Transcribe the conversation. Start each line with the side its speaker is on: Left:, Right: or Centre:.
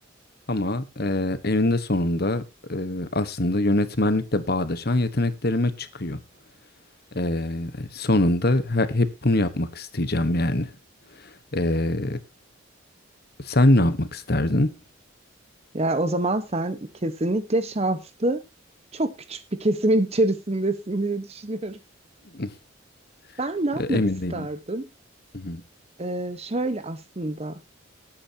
Left: ama e, eninde sonunda e, aslında yönetmenlikle bağdaşan yeteneklerime çıkıyor. Ee, sonunda he- hep bunu yapmak isteyeceğim yani. Ee, sen ne yapmak isterdin?
Right: ya o zaman sen kesinlikle şanslı çok küçük bir kesimin içerisindesin diye düşünüyorum.
Left: <laughs>
Right: Ben ne yapmak
Left: Ee, Emin
Right: isterdim?
Left: değilim. Hı hı,
Right: E, şöyle aslında.